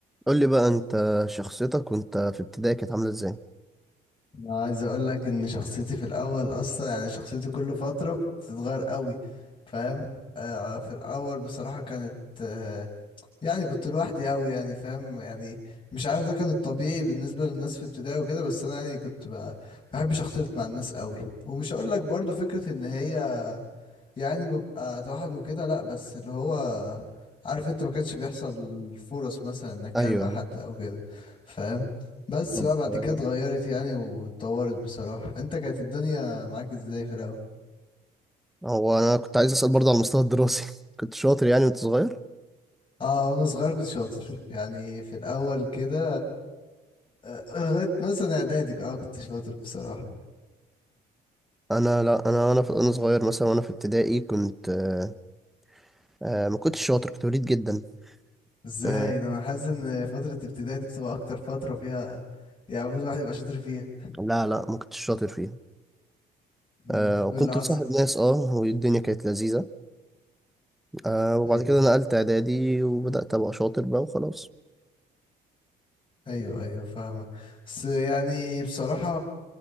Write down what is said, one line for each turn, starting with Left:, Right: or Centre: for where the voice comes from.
Centre: قول لي بقى انت شخصيتك وانت في ابتدائي كانت عامله ازاي
Left: انا عايز اقول لك ان شخصيتي في الاول اصلا يعني شخصيتي كل فتره بتتغير قوي فاهم آه في الاول بصراحه كانت آه يعني كنت لوحدي قوي يعني فاهم يعني مش عارف ده كان الطبيعي بالنسبه للناس في ابتدائي وكده بس انا يعني كنت بقى ما بحبش اختلط مع الناس قوي ومش هقول لك برضو فكره ان هي يعني ببقى توحد وكده لا بس اللي هو عارف انت ما كانش بيحصل فرص مثلا انك اتكلم
Centre: ايوه
Left: مع
Centre: يعني.
Left: حد او كده فاهم بس
Centre: طب
Left: بقى بعد
Centre: آه،
Left: كده اتغيرت يعني واتطورت بصراحة انت كانت الدنيا معاك ازاي في الاول
Centre: هو انا كنت عايز اسال برضه على المستوى الدراسي <laughs> كنت شاطر يعني وانت صغير
Left: اه وانا صغير كنت شاطر يعني في الاول كده آه، لغاية مثلا اعدادي اه كنت شاطر بصراحة
Centre: انا لا انا انا في انا صغير مثلا وانا في ابتدائي كنت آه، آه، ما كنتش شاطر كنت وليد جدا
Left: ازاي
Centre: آه،
Left: ده انا حاسس ان فترة ابتدائي دي بتبقى اكتر فترة فيها يعني المفروض الواحد يبقى شاطر فيها
Centre: لا لا ما كنتش شاطر فيها
Left: مم.
Centre: آه،
Left: وايه
Centre: وكنت
Left: اللي حصل
Centre: مصاحب ناس اه والدنيا كانت لذيذه آه، وبعد
Left: طيب.
Centre: كده نقلت اعدادي وبدات ابقى شاطر بقى وخلاص
Left: ايوه ايوه فاهمة بس يعني بصراحة